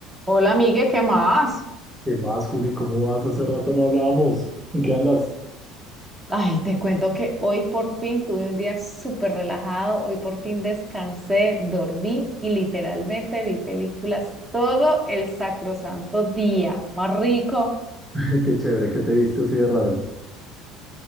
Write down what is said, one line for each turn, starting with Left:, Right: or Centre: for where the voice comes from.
Right: Hola, amigue, ¿qué más?
Centre: ¿Qué más, Juli? ¿Cómo vas? Hace rato no hablábamos. ¿En qué andas?
Right: Ay, te cuento que hoy por fin tuve un día súper relajado, hoy por fin descansé, dormí y literalmente vi películas todo el sacrosanto día. Más rico.
Centre: <laughs> Qué chévere que te viste así de raro.